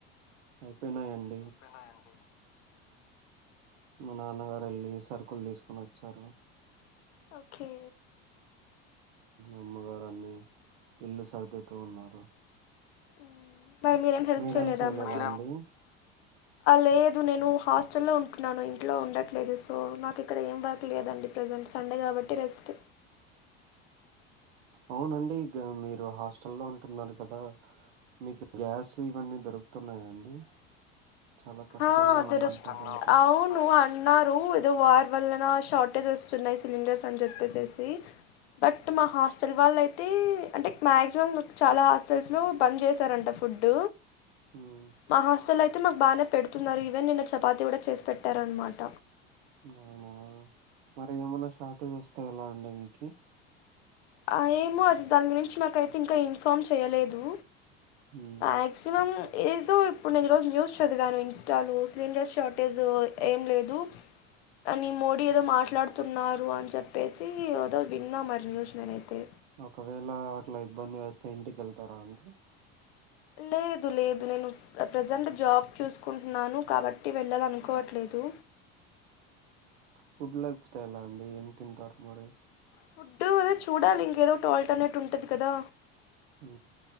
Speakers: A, on the right (about 80°); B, on the left (about 80°).
A: అయిపోయినాయండి
B: అయిపోయాయండి
A: మా నాన్నగారు వెళ్ళి సరుకులు తీసుకుని వచ్చారు
B: ఓకే
A: అమ్మగారాన్నిీ ఇల్లు సర్దుతూ ఉన్నారు
B: ఆ మరి మీరేమి హెల్ప్
A: మీరేం
B: చేయలేద
A: చేయలేదా
B: అమ్మకి
A: అండి
B: లేదు నేను హాస్టల్లో ఉంటున్నాను ఇంట్లో ఉండట్లేదు సో నాకు ఇక్కడ ఏం వర్క్ లేదండి ప్రెసెంట్ సండే కాబట్టి రెస్ట్
A: అవునండి మీరు హాస్టల్ లో ఉంటున్నారు కదా మీకు గ్యాస్ ఇవన్నీ దొరుకుతున్నాయాండి చాలా కష్టంగా
B: హా దొరు
A: ఉందంట బయట
B: అవును అన్నారు ఏదో వర్ వల్లన షార్టేజ్ వస్తున్నాయి సిలిండర్స్ అని చెప్పేసి బట్ మా హాస్టల్ వాళ్ళ అయితే అంటే మాక్సిమం చాలా హాస్టల్స్ లో బంద్ చేశారంట ఫుడ్
A: హ్మ్.
B: మా హాస్టల్ పజలు అయితే మాకు బాగానే పెడుతున్నారు ఈవెన్ నిన్న చపాతి కూడా చేసి పెట్టారనమాట
A: అవునా మరి ఏమన్నా షార్టేజ్ వస్తే లా అండి మీకు
B: ఆ ఏమో అది దాని గురించి మాకైతే ఇంకా ఇన్ఫామ్ చేయలేదు
A: హ్మ్.
B: ఆ న ఏదో ఇప్పుడు నేను ఈరోజు న్యూస్ చదివాను ఇన్స్టాలు సిలిండర్ షార్టేజ్ ఏం లేదు అని మోడీ ఏదో మాట్లాడుతున్నారు అని చెప్పేసి ఏదో విన్నా మరి న్యూస్ నేనైతే
A: ఒకవేళ అట్లా ఇబ్బంది వస్తే ఇంటిక వెళ్తారా అండి
B: లేదు లేదు నేను ప్రజెంట్ జాబ్ చూసుకుంటున్నాను కాబట్టి వెళ్ళాలనుకోవట్లేదు
A: ఫుడ్ లేకపోతే ఎలా ఉంది ఏం తింటారు మరి
B: ఫుడ్డు అదే చూడాలి ఇంకోటి ఏదో ఒకటి ఉంటది కదా
A: హ